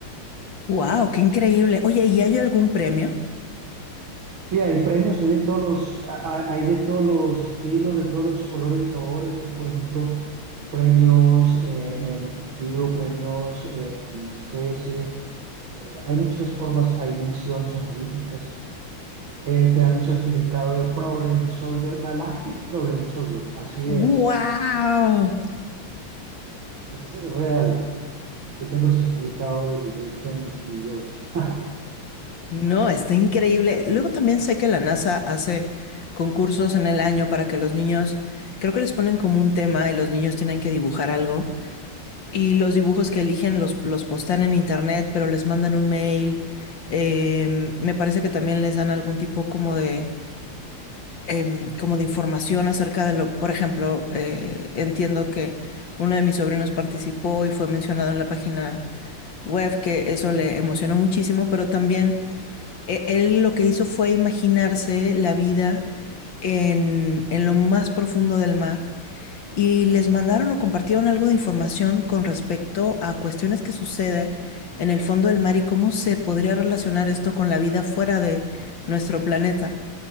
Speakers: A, on the left (about 60°); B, on the right (about 70°).
A: ¡Wow! ¡Qué increíble! Oye, ¿y hay algún premio?
B: Sí, hay premios, hay de todos los, a- a- hay de todos los estilos, de todos los colores y sabores. Hay, por ejemplo, premios eh, en efectivo, premios eh, en especie. Eh, hay muchas formas, hay menciones honoríficas. Eh, te dan un certificado de Problem Solver, Galactic Problem Solver, así
A: ¡Wow!
B: es, es real. Yo tengo el certificado del 2022. <laughs>
A: No, está increíble. Luego también sé que la NASA hace concursos en el año para que los niños, creo que les ponen como un tema y los niños tienen que dibujar algo. Y los dibujos que eligen los, los postean en internet, pero les mandan un mail. Eh, me parece que también les dan algún tipo como de em, como de información acerca de lo, por ejemplo, eh, entiendo que uno de mis sobrinos participó y fue mencionado en la página web, que eso le emocionó muchísimo, pero también eh, él lo que hizo fue imaginarse la vida en, en lo más profundo del mar y les mandaron o compartieron algo de información con respecto a cuestiones que suceden en el fondo del mar y cómo se podría relacionar esto con la vida fuera de nuestro planeta.